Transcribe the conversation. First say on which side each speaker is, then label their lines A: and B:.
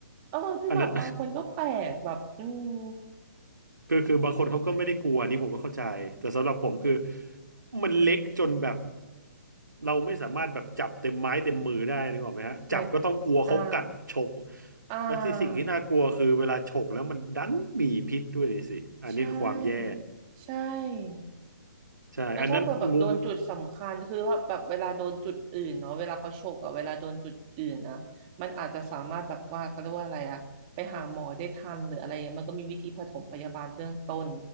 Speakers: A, on the right (about 30°); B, on the right (about 85°).
A: เออคือแบบบางคนก็แปลกแบบอืม
B: อันนั้น คือคือบางคนเขาก็ไม่ได้กลัวอันนี่ผมก็เข้าใจแต่สำหรับผมคือมันเล็กจนแบบเราไม่สามารถแบบจับเต็มไม้เต็มมือได้นึกออกไหมฮะจับก็ต้องกลัวเขากัดฉก
A: หมายอ่าอ่า
B: แล้วที่สิ่งที่น่ากลัวคือเวลาฉกแล้วมันดันมีพิษด้วยนี่สิอันนี้คือความแย่
A: ใช่ใช่
B: ใช่อันนั้นงู
A: แล้วถ้าเปิดแบบโดนจุดสำคัญคือถ้าแบบเวลาโดนจุดอื่นเนาะเวลาเขาฉกอะเวลาโดนจุดอื่นนะมันอาจจะสามารถแบบว่าเขาเรียกว่าอะไรอะไปหาหมอได้ทันหรืออะไรเงี้ยมันก็มีวิธีปฐมพยาบาลเบื้องต้น